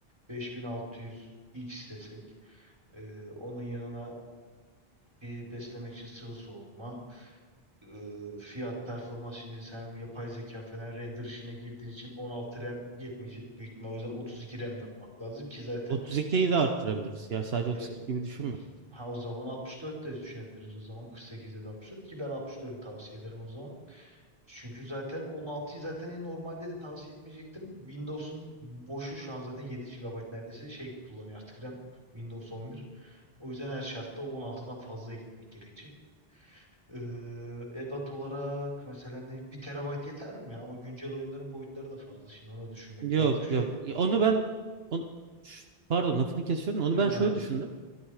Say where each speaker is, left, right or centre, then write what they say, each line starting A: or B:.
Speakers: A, on the right; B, on the right.
A: 5600 X desek. E, onun yanına bir beslemek için sıvı soğutma, e, fiyat performans şimdi sen yapay zeka falan render işine girdiğin için 16 RAM yetmeyecek. Büyük ihtimal o yüzden 32 RAM yapmak lazım ki zaten
B: 32'yi de arttırabiliriz. Yani sadece 32
A: e,
B: gibi düşünme.
A: ha o zaman 64 de düşünebiliriz o zaman 48 ya da 64 ki ben 64'ü tavsiye ederim o zaman. Çünkü zaten 16'yı zaten normalde de tavsiye etmeyecektim. Windows'un boşu şu an zaten 7 gigabayt neredeyse şey kullanıyor artık RAM. Windows 11. O yüzden her şartta o 16'dan fazla gitmek gerekecek. Ee, ebat olarak mesela ne, bir terabayt yeter mi? Ama güncel oyunların boyutları da fazla. Şimdi onu düşünmek
B: Yok
A: lazım. Şöyle
B: yok. Onu ben on, Ş- pardon lafını kesiyorum. Onu
A: önemli
B: ben şöyle
A: değil.
B: düşündüm.